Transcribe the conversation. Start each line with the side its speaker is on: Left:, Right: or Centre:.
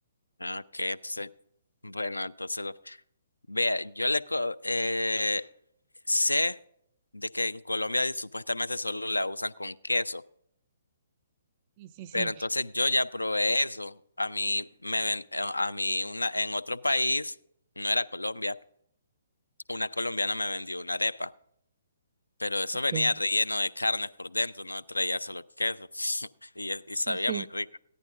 Left: Ah, Ok, entonces, bueno, entonces, lo- vea, yo le, co- eh, Sé de que en Colombia supuestamente solo la usan con queso,
Right: Sí, sí, sí.
Left: pero entonces yo ya probé eso. A mí me ven- eh, a mí una en otro país, no era Colombia, una colombiana me vendió una arepa, pero eso
Right: Ok.
Left: venía relleno de carnes por dentro, no traía solo queso <laughs> y, y sabía
Right: Sí, sí,
Left: muy rica.